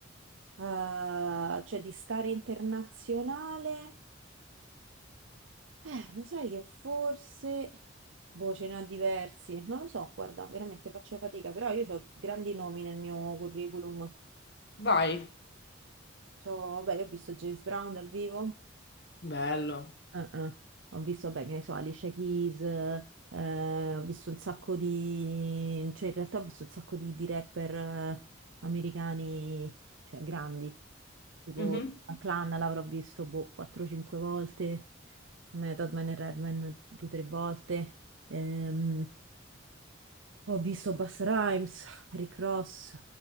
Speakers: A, on the right; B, on the left.
A: eh, cioè di stare internazionale, eh, lo sai che forse, boh, ce ne ho diversi, non lo so, guarda, veramente faccio fatica, però io ho grandi nomi nel mio curriculum.
B: Vai.
A: C'ho- vabbè, io ho visto James Brown dal vivo,
B: Bello.
A: Eh, eh. Ho visto, beh, che ne so, Alicia Keys, eh, ho visto un sacco di... cioè in realtà ho visto un sacco di, di rapper eh, americani, cioè grandi, tipo
B: Mhm,
A: la Clan l'avrò visto, boh, 4-5 volte, Method Man e Redman 2-3 volte, Ehm, ho visto Busta Rhymes, Rick Ross,